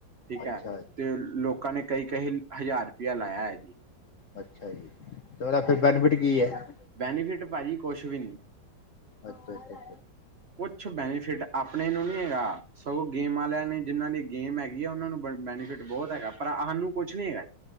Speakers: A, on the right; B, on the left.
A: ਠੀਕ
B: ਅੱਛਾ
A: ਹੈ। ਤੇ ਲੋਕਾਂ ਨੇ ਕਈ ਕਈ ਹਜ਼ਾਰ ਰੁਪਇਆ ਲਾਇਆ ਹੈ ਜੀ।
B: ਅੱਛਾ, ਜੀ ਤੇ ਉਹਦਾ ਫਿਰ ਬੈਨੀਫਿਟ ਕੀ ਹੈ।
A: ਬੈਨੀਫਿਟ ਭਾਜੀ ਕੁਛ ਵੀ ਨਹੀਂ।
B: ਅੱਛਾ, ਅੱਛਾ।
A: ਕੁਛ ਬੈਨੀਫਿਟ ਆਪਣੇ ਨੂੰ ਨਹੀਂ ਹੈਗਾ ਸਗੋਂ ਗੇਮ ਵਾਲਿਆਂ ਨੇ ਜਿਹਨਾਂ ਦੀ ਗੇਮ ਹੈਗੀ ਆ ਉਹਨਾਂ ਨੂੰ ਬ ਬੈਨੀਫਿਟ ਬਹੁਤ ਹੈਗਾ ਪਰ ਸਾਨੂੰ ਕੁਛ ਨੀ ਹੈਗਾ।